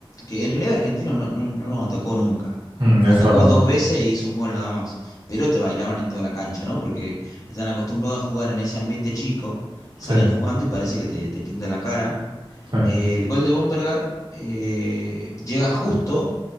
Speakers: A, on the left; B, on the right.
A: que en realidad Argentinos no, no, no nos atacó nunca.
B: Mm, eso
A: Atacó
B: es verdad.
A: dos veces e hizo un gol nada más. Pero te bailaban en toda la cancha, ¿no? Porque están acostumbrados a jugar en ese ambiente chico. Salen
B: Sí,
A: jugando y parece que te, te pintan la cara.
B: sí.
A: Eh, el gol de Bombergar eh, llega justo